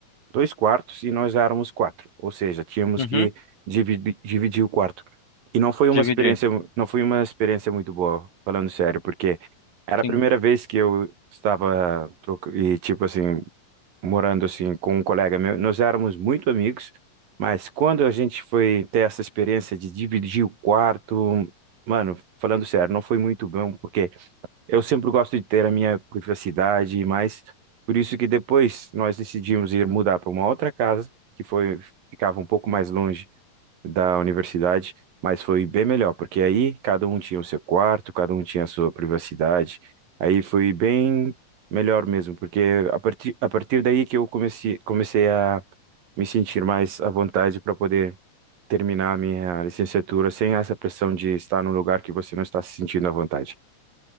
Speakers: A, on the right (about 85°); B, on the left (about 55°).
A: dois quartos e nós éramos quatro, ou seja, tínhamos
B: Uhum,
A: que dividir, dividir o quarto. E não foi uma
B: dividir,
A: experiência, não foi uma experiência muito boa, falando sério, porque era
B: sim.
A: a primeira vez que eu estava troca- e tipo assim morando assim com um colega meu, nós éramos muito amigos, mas quando a gente foi ter essa experiência de dividir o quarto, mano, falando sério, não foi muito bom, porque eu sempre gosto de ter a minha privacidade, mas por isso que depois nós decidimos ir mudar para uma outra casa, que foi ficava um pouco mais longe da universidade, mas foi bem melhor, porque aí cada um tinha o seu quarto, cada um tinha a sua privacidade. Aí foi bem melhor mesmo, porque a partir, a partir daí que eu comecei, comecei a me sentir mais à vontade para poder terminar a minha licenciatura sem essa pressão de estar num lugar que você não está se sentindo à vontade.